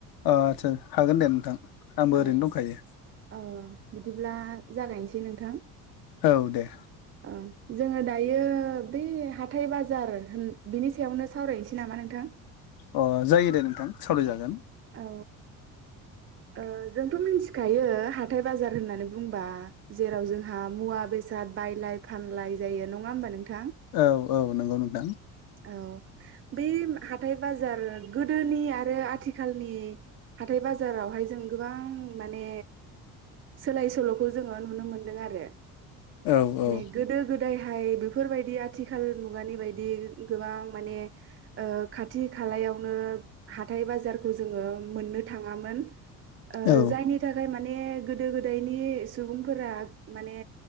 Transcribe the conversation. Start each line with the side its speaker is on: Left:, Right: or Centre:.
Left: आदसा हागोन दे नोंथां आंबो
Right: औ
Left: ओरैनो दंखायो
Right: औ बिदिब्ला जागायनोसै नोंथां।
Left: औ दे।
Right: ओ जोङो दायो बे हाथाय बाजार होन बिनि सायावनो सावरायनोसै नामा नोंथां।
Left: अ जायो दे नोंथां सालायजागोन।
Right: औ। ओ जोंथ मिथिखायो हाथाय बाजार होननानै बुंङोबा जेराव जोंहा मुवा बेसाद बायलाय फानलाय जायो नङा होमबा नोंथां?
Left: औ औ नंगौ नोंथां।
Right: औ बे हाथथाय बाजार गोदोनि आरो आथिखालनि हाथाय बाजारावहाय जों गोबां माने सोलाय सोल'खौ जोङो नुनो मोनदों आरो।
Left: औ औ
Right: माने गोदो गोदायहाय बेफोरबायदि आथिखाल मुगानि बायदि गोबां माने ओ खाथि खालायावनो हाथाय बाजारखौ जोङो मोन्नो थाङामोन ओ
Left: औ
Right: जायनि थाखाय माने ने गोदो गोदायनि सुबुंफोरा माने